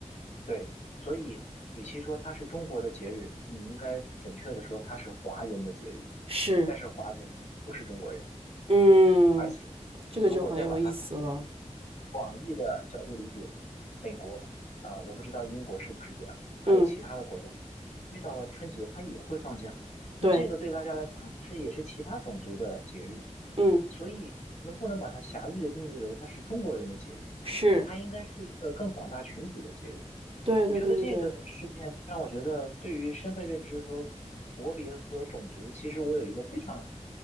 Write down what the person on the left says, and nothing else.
对，所以与其说它是中国的节日，你应该准确的说它是华人的节日。
但是华人不是中国人，
而且如果再把它放在
广义的角度理解，美国，呃，我不知道英国是不是这样，还有其他的国家，
遇到了春节它也会放假。那这个对大家来讲是也是其他种族的节日，
所以我们不能把它狭义的定义为它是中国人的节日，
它应该是一个更广大群体的节日。
我觉得这个事件让我觉得，对于身份认知和国别和种族，其实我有一个非常